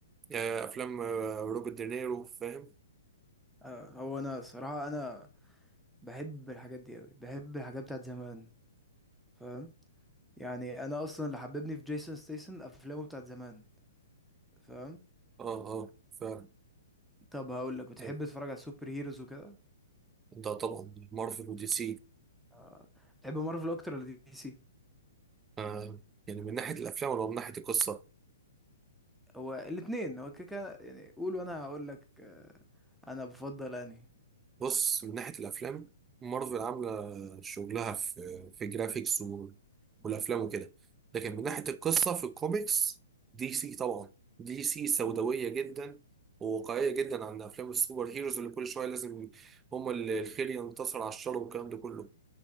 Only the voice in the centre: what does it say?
آه هو انا صراحة انا بحب الحاجات دي قوي بحب الحاجات بتاعت زمان فاهم يعني انا اصلا اللي حببني في جيسون ستيسن افلامه بتاعت زمان فاهم
طب هقول لك بتحب
تتفرج على السوبر هيروز وكده
آه، بتحب مارفل اكتر ولا دي سي
هو الاثنين هو كده كده يعني قول وانا هقول لك آه، انا بفضل انهي
مم،
هو